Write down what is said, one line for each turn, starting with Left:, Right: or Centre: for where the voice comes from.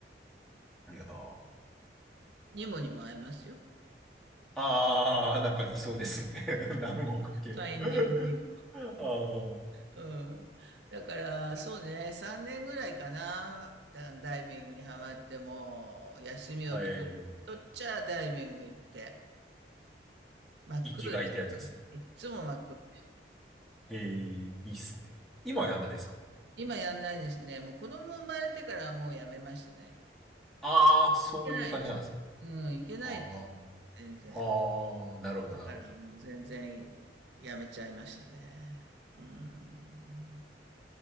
Centre: いやー
Right: にもにも会えますよ。
Centre: ああ、なんかいそうですね。<laughs> 南国系。
Right: ファインディングにも。
Centre: ああ、は
Right: うん。だから、そうね、3年ぐらいかな、ダ、ダイビングにはまって、もう、休みを取、
Centre: い。
Right: 取っちゃダイビング行って、真っ黒でしたね。
Centre: 生きがいってやつですね。
Right: いっつも真っ黒です。
Centre: へえ、いいっすね。今はやんないですか
Right: 今やんないですね。もう子供生まれてからはもうやめましたね。
Centre: ああー、そういう感じなんですね。
Right: けないです。うん、いけないです、
Centre: あ
Right: 全然。
Centre: あ、ああ、なるほど、
Right: だからもう全然やめちゃいましたね。
Centre: なるほど。
Right: うん。